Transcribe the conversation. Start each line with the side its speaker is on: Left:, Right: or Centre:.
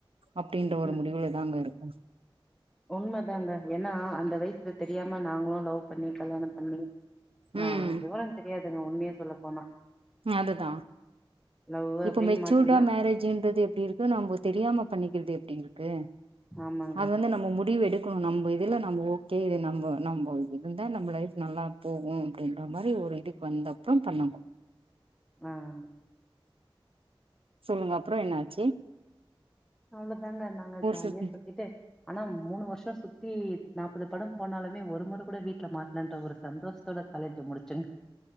Right: அப்டின்ற ஒரு
Centre: ம்
Right: முடிவுல தாங்க இருக்
Centre: உண்மதாங்க ஏன்னா அந்த வயசுல தெரியாம நாங்களும் லவ் பண்ணி கல்யாணம் பண்ணி ஆஹ்
Right: ம்
Centre: விவரம் தெரியாது ங்க உண்மையே சொல்ல போனா
Right: அதுதா
Centre: லவ்
Right: இப்ப
Centre: அப்டின்னு
Right: மெச்சூர்டா
Centre: மாட்டீங்கன்னா
Right: மேரேஜன்றது எப்டி இருக்கு நம் தெரியாம பண்ணிக்கிறது எப் டி இருக்கு
Centre: ஆமாங்க
Right: அது வந்து நம்ம முடிவு எடுக் கணு நம்ப இதுல நம்ப ஓகே இது நம்ப நம்ப இருந்தா நம்ப லைஃப் நல்லா போகு அப்டின்ற மாரி ஒரு இதுக்கு வந்தப்புறோ பண்ணாங்கோ
Centre: ஆ
Right: சொல்லுங்க அப்புறோ என்னாச்சி
Centre: அவ்ளோதாங்க நாங்க ஜாலியா
Right: சுத்தி
Centre: சுத்திட்டு ஆனா மூணு வருஷ சுத் தி நாற்பது படம் போனாலுமே ஒரு முற கூட வீட்டுல மாட்டலன்ற ஒரு சந்தோஷத்தோட காலேஜ முடிச்சங்க